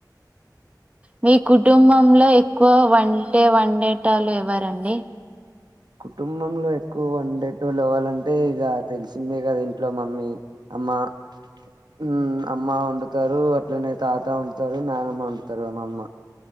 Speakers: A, on the right (about 20°); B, on the right (about 75°).
A: మీ కుటుంబంలో ఎక్కువ వంటే వండేటళ్ళు ఎవ్వరండి
B: కుటుంబంలో ఎక్కువ వండే టోళ్ళు ఎవరంటే ఇగ తెలిసిందే కదా ఇంట్లో మమ్మీ అమ్మా ఊ అమ్మ వండుతారు అట్లనే తాత వండుతారు నానమ్మ వండుతారు అమ్మమ్మ